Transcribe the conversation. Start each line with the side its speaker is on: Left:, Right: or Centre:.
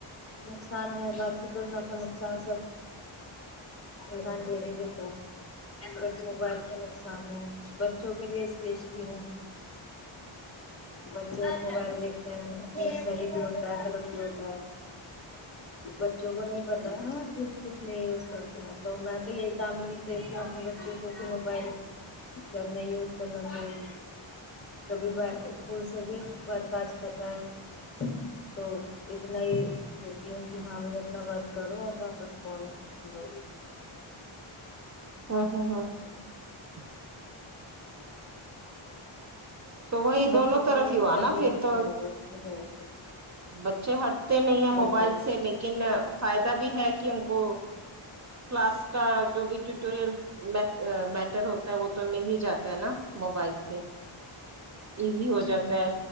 Left: نقصان ہے باقی تو نفع نقصان سب مزان جیلی لیے بٹ موبائل کا نقصان ہے بچوں کے لیے اسپیشلی ہے بچوں موبائل دیکھتے ہیں صحیح بھی ہوتا ہے غلط بھی ہوتا ہے بچوں کو نہیں پتا <unintelligible> ہاں کس کس نے اور سب <unintelligible> تو میں تو یہی تعمیر دیتی ہوں اپنے بچوں کو کہ موبائل ج نہیں یوز کرنا چاہیے کبھی ب اسکول سے بھی ورک آ جاتا ہے تو اتنا ہی دیکتی ہوں کہ ہاں بی اپنا ورک کرو اور واپس فون دو
Right: <inaudible>
Left: <inaudible>
Right: تو وہی
Left: بچوں
Right: دونوں طرف
Left: کے لیے
Right: ہی ہوا
Left: کیا
Right: نا پھر تو
Left: وہ ہوگا موبائل سے
Right: بچے ہٹتے نہیں ہیں
Left: بالکل
Right: موبائل
Left: بالکل
Right: سے لیکن فائدہ بھی ہے کہ ان کو کلاس کا جو بھی ٹیوٹورل میٹر ہوتا ہے وہ تو مل ہی جاتا ہے نا موبائل سے ایزی ہو
Left: ہ
Right: جاتا ہے